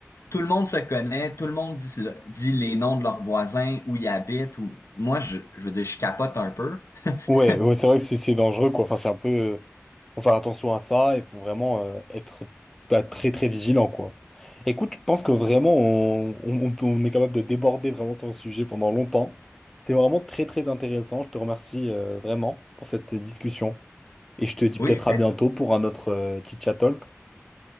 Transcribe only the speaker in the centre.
Ouais, ouais, c'est vrai que c'est c'est dangereux, quoi. Enfin, c'est un peu. euh, Faut faire attention à ça, il faut vraiment euh, être bah, très très vigilant, quoi. Écoute, je pense que vraiment on, on- on peut- on est capable de déborder vraiment sur le sujet pendant longtemps. C'était vraiment très très intéressant. Je te remercie euh, vraiment pour cette discussion. Et je te dis
peut-être à
bientôt pour un autre euh, chit-chat talk.